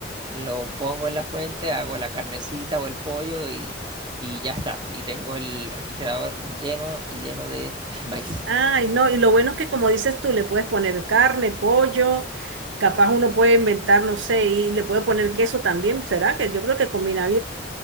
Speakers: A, on the right (about 25°); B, on the right (about 85°).
A: lo pongo en la fuente, hago la carnecita o el pollo y, y ya está. Y tengo el refrigerador lleno y lleno de <laughs> maíz.
B: Ay, no, y lo bueno es que como dices tú, le puedes poner carne, pollo, capaz uno puede inventar, no sé, y le puede poner queso también, ¿será? Que yo creo que combina